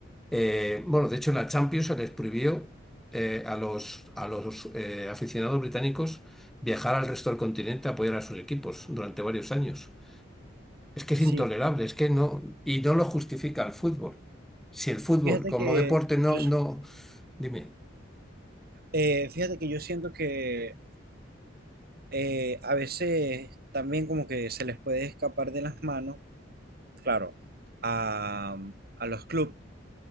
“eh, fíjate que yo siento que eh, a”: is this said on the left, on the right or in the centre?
Right